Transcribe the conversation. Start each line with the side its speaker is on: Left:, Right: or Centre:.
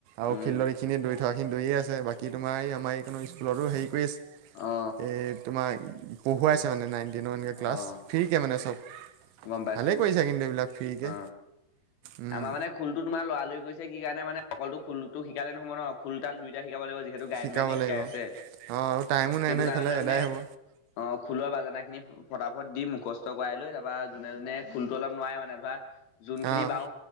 Right: আৰু
Left: উম
Right: ফিল্ডৰ এইখিনি দৰি যোৱাখিনি দৌৰিয়ে আছে। বাকী তোমাৰ এই আমাৰ এই কোনো স্কুলতো হেৰি কৰি
Left: অ
Right: এই তোমাৰ পঢ়ুৱাইছে মানে নাইন টেইনৰ এনেকে ক্লাছ
Left: অ
Right: ফ্ৰী কে মানে চব
Left: গম পাইছো
Right: ভালে কৰিছা কিন্তু এইবিলাক। ফ্ৰীকে।
Left: অ
Right: উম
Left: আমাৰ মানে খুলটো তোমাৰ লৰালৰি কৈছে কি কাৰণে মানে অকলটো খুলযটো শিকালে নহ'ব ন খোল তাল দুইটা শিকা শিকাব লাগিব যিহেতু গায়ন
Right: শিকাব
Left: বায়নে শিকাই
Right: লাগিব
Left: আছে।
Right: অঁ আৰু টাইমো নাই
Left: সেইটো
Right: নহয়
Left: কাৰণে
Right: ইফালে
Left: মানে
Right: এদাই হ'ব
Left: অ' খোলৰ বাজানাখিনি ফটাফট দি মুখস্থ কৰাই লৈ তাৰ পৰা যোনে যোনে খোলটো অলপ নোৱাৰে মানে ধৰা যোনখিনি
Right: অঁ
Left: বাওঁ